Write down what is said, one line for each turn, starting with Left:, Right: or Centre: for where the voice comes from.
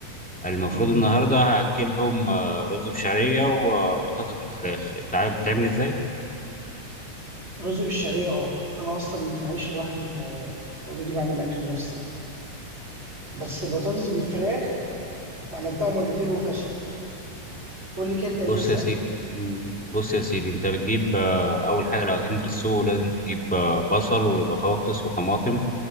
Centre: المفروض
Right: مم.
Centre: النهارده هاكلهم آه، رز بشعريه وبطاطس بالفراخ انت عارف بتعمل ازاي
Right: رز بالشعريه اه انا اصلا عايش لوحدي ف اوريدي بعمل اكل لنفسي يعني. بس بطاطس بالفراخ عملتها مرتين وفشلت قول لي كده بتعمل
Centre: بص
Right: ازاي
Centre: يا سيدي مم. بص يا سيدي انت بتجيب آه، اول حاجه لو هتنزل السوق لازم تجيب آه، بصل وبطاطس وطماطم